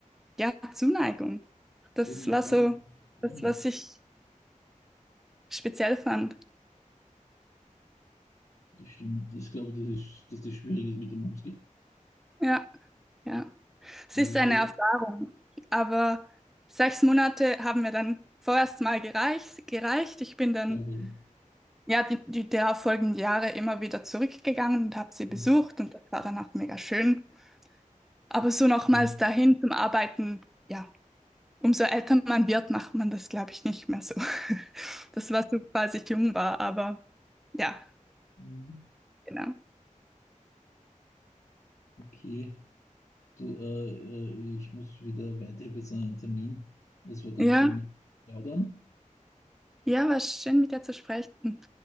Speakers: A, in the centre; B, on the left (about 60°).
A: ja, Zuneigung. Das
B: Eben mit
A: war so
B: allem, was
A: das,
B: immer.
A: was ich speziell fand.
B: Das stimmt. Das glaube ich, das ist, dass das schwierig ist, mit dem umzugehen.
A: Ja, ja. Es
B: Das
A: ist eine
B: ist-
A: Erfahrung, aber sechs Monate haben mir dann vorerst mal gereicht, gereicht. Ich bin dann
B: glaube ich.
A: ja die, die darauffolgenden Jahre immer wieder zurückgegangen und habe sie besucht
B: Hm,
A: und das war dann auch mega schön. Aber so nochmals
B: hm,
A: dahin zum Arbeiten, ja, umso älter man wird, macht man das, glaube ich, nicht mehr so. <laughs> Das war so, als ich jung war, aber ja,
B: hm,
A: genau.
B: Okay. Du, äh, äh, ich muss wieder weiter. Ich habe jetzt einen Termin. Es war ganz
A: Ja.
B: schön mit dir zu plaudern.
A: Ja, war schön, mit dir zu sprechen.